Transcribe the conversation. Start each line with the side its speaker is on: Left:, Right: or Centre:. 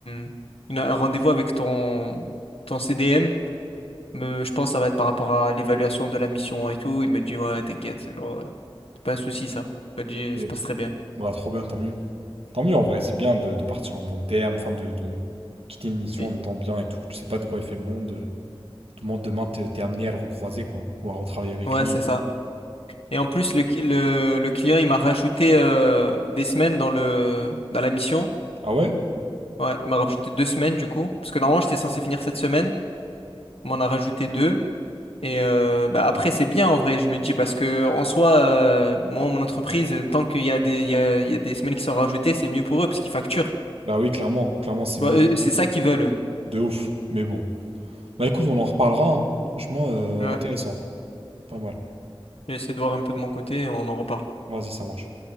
Left: un- une- un rendez-vous avec ton, ton CDM. Mais je pense que ça va être par rapport à l'évaluation de la mission et tout. Il m'a dit, ouais, t'inquiète, c'est genre, euh, c'est pas un souci, ça. Il m'a dit,
Right: Et-
Left: ça passe très bien.
Right: Bah, trop bien, tant mieux. Tant mieux en vrai, c'est bien de, de partir en bon terme, enfin de, de quitter une mission
Left: Et-
Right: en étant bien et tout. Tu sais pas de quoi il fait le monde. euh, Tout le monde demain, t'es t'es amené à le recroiser, quoi. Ou à retravailler avec
Left: ouais,
Right: lui
Left: c'est
Right: et tout.
Left: ça. Et en plus, le, cli- le, le client, il m'a rajouté euh, des semaines dans le, dans la mission.
Right: Ah ouais?
Left: Ouais, il m'a rajouté deux semaines du coup. Parce que normalement, j'étais censé finir cette semaine. On m'en a rajouté deux. Et euh, bah, après, c'est bien en vrai, je me dis, parce que en soi, euh, moi, mon entreprise, euh, tant qu'il y a des, il y a, il y a des semaines qui sont rajoutées, c'est mieux pour eux parce qu'ils facturent. Tu
Right: Bah oui, clairement, clairement, c'est mieux.
Left: vois, eux, c'est ça qu'ils veulent. eux.
Right: De ouf. Mais bon. Bah écoute, on en reparlera, hein. Franchement, euh,
Left: Ouais.
Right: intéressant. Pas mal.
Left: J'essaie de voir un peu de mon côté, on en reparle.
Right: Vas-y, ça marche.